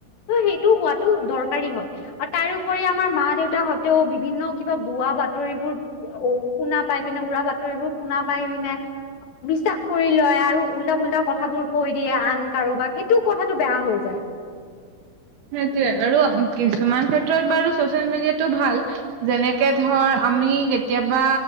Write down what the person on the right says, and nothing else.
সেইটোৱে, আৰু কিছুমান ক্ষেত্ৰত বাৰু ছ'চিয়েল মিডিয়াটো ভাল। যেনেকে ধৰ আমি কেতিয়াবা